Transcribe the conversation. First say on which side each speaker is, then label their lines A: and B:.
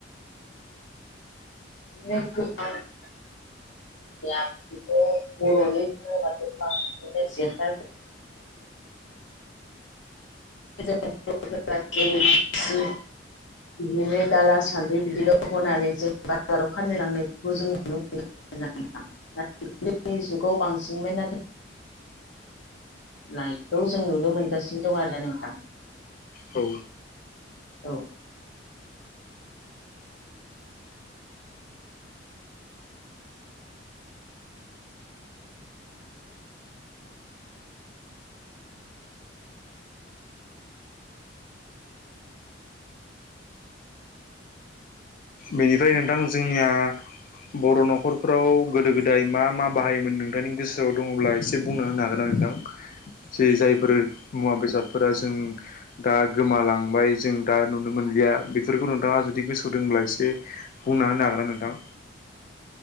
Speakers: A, on the left; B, on the left.
A: <unintelligible> जोंनिया बे बर'नि धोरोमाव गोबां बिदिनो जेखाइ <unintelligible> बिदिनो दाला सान्द्रि बिदिल' होनानै जों बाजाराव फाननो लांनायखौबो जों नुनो मोनो <unintelligible> दोनि जुगाव बांसिनमोन नायखौ जों नुनो मोनगासिनो दं आरोना नोंथां
B: औ
A: औ
B: बेनिफ्राय नोंथां जोंनिया बर' न'खरफ्राव गोदो गोदाय मा मा बाहायोमोन नोंथांनि गोसोआव दङब्ला एसे बुंना होनो हागोना नोंथां जे जायफोर मुवा बेसादफोरा जों दा गोमालांबाय जों जों दा नुनो मोनलिया बेफोरखौ नोंथाङा जुदि गोसोआवदोंब्ला इसे बे बुंना होनो हागोनना नोंथां?